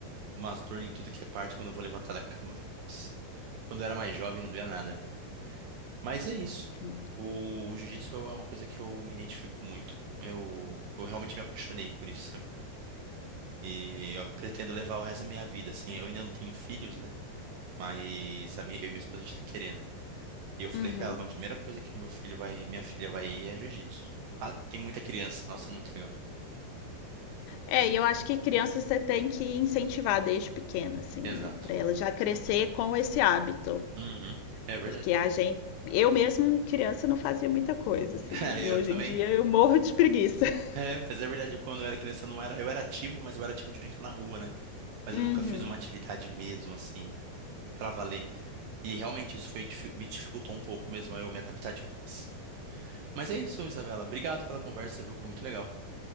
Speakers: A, on the right; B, on the left.
A: umas dor em tudo que é parte quando eu vou levantar da cama. Nossa. Quando eu era mais jovem, não doía nada. né? Mas é isso.
B: Não.
A: O, o jiu-jitsu é uma coisa que eu me identifico muito. Eu, eu realmente me apaixonei por isso, sabe? E eu pretendo levar o resto da minha vida, assim. Eu ainda não tenho filhos, né? Mas a minha, eu e minha esposa, a gente tá querendo. E eu falei
B: Uhum.
A: pra ela, a primeira coisa que o meu filho vai, minha filha vai ir é jiu-jitsu. Ah, tem muita criança, nossa, muito legal.
B: É, e eu acho que criança você tem que incentivar desde pequena, assim,
A: Exato.
B: né? Pra ela já crescer com esse hábito.
A: Uhum. É verdade.
B: Porque a gente, eu mesma criança não fazia muita coisa assim,
A: <laughs> Eu
B: e hoje
A: também.
B: em dia eu morro de preguiça. <laughs>
A: É, mas é verdade, eu, quando eu era criança eu não era, eu era ativo, mas eu era ativo de brincar na rua, né? Mas
B: Uhum.
A: eu nunca fiz uma atividade mesmo assim pra valer. E realmente isso foi difi- me dificultou um pouco mesmo aí eu me adaptar depois. Mas é isso, Isabela. Obrigado pela conversa, viu? Foi muito legal.